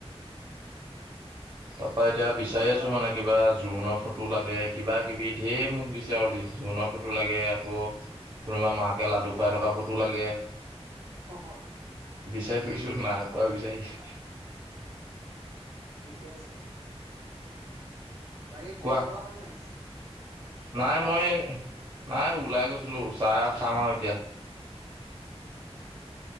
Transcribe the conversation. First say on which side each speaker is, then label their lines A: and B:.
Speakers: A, on the right; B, on the right.
A: ঠিকে আছে।
B: তাৰ পৰা এতিয়া
A: বাকী
B: বিচাৰি
A: খোৱা
B: আছো
A: বোৱা?
B: মানে কিবা জোৰোণৰ ফটো লাগে কিবা কিবি ঢেৰ মোক দিছে আৰুলি জোৰোণৰ ফটো ফটো লাগে আকৌ কোনোবা মাকে লাডু খুৱাই থকা ফটো লাগে
A: হ হ!
B: বিচাৰি ফুছো নাই পোৱা বিচাৰিছ,
A: ঠিকে আছে। বাকী
B: কোৱা
A: খোৱা বোৱা হল নাই? খোৱা
B: নাই
A: বোৱা
B: মই।
A: হ'ল নাই?
B: নাই ওলাই গৈছিলো চাহ আৰু খাম আৰু এতিয়া